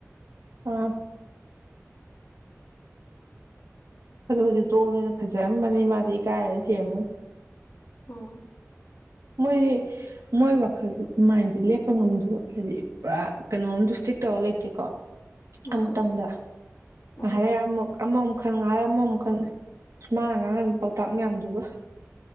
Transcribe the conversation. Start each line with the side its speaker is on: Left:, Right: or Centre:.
Right: ꯑꯥ ꯑꯗꯨ ꯍꯧꯖꯤꯛ ꯇꯣꯝꯅꯤꯅ ꯐꯖꯔꯝꯃꯅꯤ ꯃꯥꯗꯤ ꯏꯀꯥꯏꯔ ꯁꯦꯝꯃꯅꯤ
Left: ꯑꯣ
Right: ꯃꯣꯏꯒꯤ ꯃꯣꯏ ꯋꯥꯈꯜꯁꯦ ꯃꯥꯏꯟꯁꯦ ꯂꯦꯞꯄ ꯉꯝꯗꯕ ꯍꯥꯏꯗꯤ ꯄꯨꯔꯥ ꯀꯩꯅꯣꯝꯗꯨ ꯏꯁꯇꯤꯔꯤꯛ ꯇꯧꯔ ꯂꯩꯇꯦꯀꯣ
Left: ꯎꯝ
Right: ꯑꯃꯇꯪꯗ ꯉꯥꯏꯍꯔ
Left: ꯎꯝ
Right: ꯑꯃꯨꯛ ꯑꯃꯃꯨꯛ ꯃꯈꯜ ꯉꯥꯏꯔ ꯑꯃꯃ ꯃꯈꯨꯛ ꯃꯈꯜ ꯁ ꯃꯥꯅ ꯉꯥꯡꯉꯝꯃꯤ ꯄꯥꯎꯇꯥꯛ ꯃꯌꯥꯝꯗꯨꯒꯣ